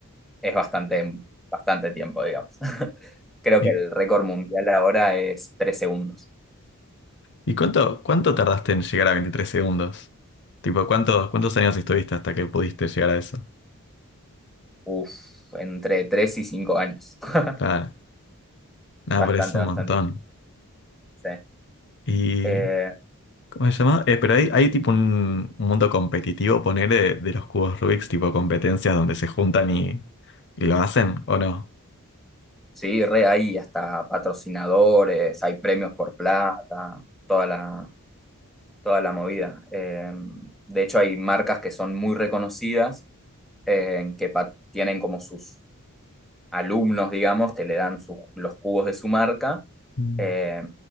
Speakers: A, in the centre; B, on the left.
A: es bastante, bastante tiempo, digamos. <laughs>
B: <laughs>
A: Creo
B: Y,
A: que el récord mundial ahora es 3 segundos.
B: ¿Y cuánto, cuánto tardaste en llegar a 23 segundos? Tipo, ¿cuántos, cuántos años estuviste hasta que pudiste llegar a eso?
A: Uf, entre 3 y 5 años. <laughs>
B: Claro, nada,
A: bastante,
B: pero es un
A: bastante.
B: montón.
A: Sí.
B: ¿Y
A: Eh,
B: cómo se llama? Eh, pero hay, hay tipo un, un mundo competitivo, poner de, de los cubos Rubik's, tipo competencias donde se juntan y, y lo hacen, ¿o no?
A: sí, re hay hasta patrocinadores, hay premios por plata, toda la, toda la movida. Eh, de hecho, hay marcas que son muy reconocidas, eh, que pa- tienen como sus alumnos, digamos, que le dan su, los cubos de su marca,
B: Mm.
A: eh,